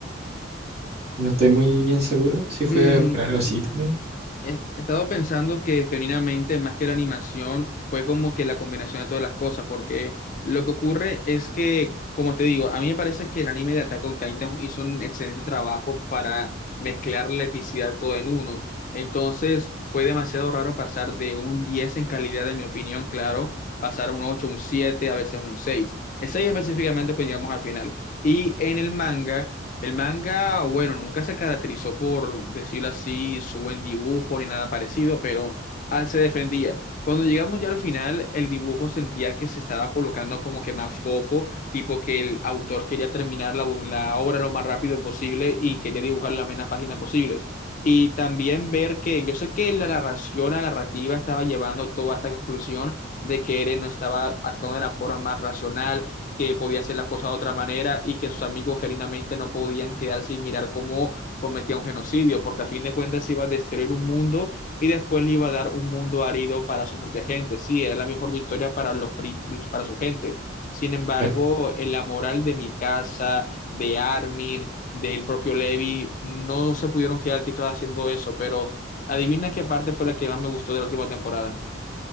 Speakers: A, on the right (about 35°); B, on the left (about 40°).
A: No estoy muy bien seguro si fue
B: Mm,
A: por algo así también.
B: He he estado pensando que genuinamente, más que la animación, fue como que la combinación de todas las cosas, porque lo que ocurre es que, como te digo, a mí me parece que el anime de Attack on Titan hizo un excelente trabajo para mezclar la epicidad todo en uno. Entonces, fue demasiado raro pasar de un 10 en calidad, en mi opinión, claro, pasar a un 8 un 7 a veces un seis El 6 específicamente, pues llegamos al final. Y en el manga. El manga, bueno, nunca se caracterizó por decirlo así, su buen dibujo ni nada parecido, pero al se defendía. Cuando llegamos ya al final, el dibujo sentía que se estaba colocando como que más fofo, tipo que el autor quería terminar la, la obra lo más rápido posible y quería dibujar la menos páginas posibles. Y también ver que yo sé que la narración, la narrativa estaba llevando toda esta conclusión de que Eren no estaba actuando de la forma más racional que podía hacer las cosas de otra manera y que sus amigos genuinamente no podían quedarse y mirar cómo cometía un genocidio, porque a fin de cuentas iba a destruir un mundo y después le iba a dar un mundo árido para su propia gente. Sí, era la mejor victoria para los pri- para su gente. Sin embargo,
A: Claro.
B: en la moral de mi casa, de Armin, del propio Levi, no se pudieron quedar quietos haciendo eso, pero adivina qué parte fue la que más me gustó de la última temporada.